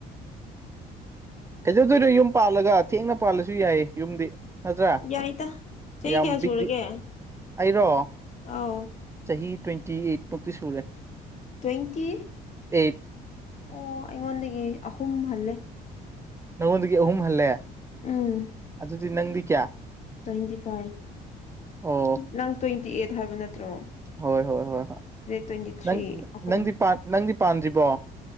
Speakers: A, on the right (about 15°); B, on the left (about 45°).
A: ꯀꯩꯗꯧꯗꯣꯏꯅꯣ ꯌꯨꯝ ꯄꯥꯜꯂꯒ ꯊꯦꯡꯅ ꯄꯥꯜꯂꯁꯨ ꯌꯥꯏꯌꯦ ꯌꯨꯝꯗꯤ꯫ ꯅꯠꯇ꯭ꯔꯥ
B: ꯌꯥꯏꯗ ꯆꯍꯤ
A: ꯌꯥꯝ
B: ꯀꯌꯥ
A: ꯄꯕꯤꯛꯗꯤ
B: ꯁꯨꯔꯒꯦ
A: ꯑꯩꯔꯣ__
B: ꯑꯥꯎ
A: ꯆꯍꯤ ꯇ꯭ꯋꯦꯟꯇꯤ ꯑꯩꯠꯃꯨꯛꯇꯤ ꯁꯨꯔꯦ꯫
B: ꯇ꯭ꯋꯦꯟꯇꯤ
A: ꯑꯩꯠ
B: ꯑꯣ ꯑꯩꯉꯣꯟꯗꯒꯤ ꯑꯍꯨꯝ ꯍꯜꯂꯦ꯫
A: ꯅꯪꯉꯣꯟꯗꯒꯤ ꯑꯍꯨꯝ ꯍꯜꯂꯦ꯫
B: ꯎꯝ꯫
A: ꯑꯗꯨꯗꯤ ꯅꯪꯗꯤ ꯀꯌꯥ꯫
B: ꯇ꯭ꯋꯦꯟꯇꯤ ꯐꯥꯏꯚ
A: ꯑꯣ
B: ꯅꯪ ꯇ꯭ꯋꯦꯟꯇꯤ ꯑꯩꯠ ꯍꯥꯏꯕ ꯅꯠꯇ꯭ꯔꯣ꯫
A: ꯍꯣꯏ ꯍꯣꯏ ꯍꯣꯏ ꯍꯣꯏ
B: ꯇ꯭ꯋꯦꯟꯇꯤ ꯊ꯭ꯔꯤ
A: ꯅꯪ
B: ꯑꯍꯨꯝ
A: ꯅꯪꯗꯤ ꯄꯥꯟ ꯅꯪꯗꯤ ꯄꯥꯝꯁꯤꯕꯣ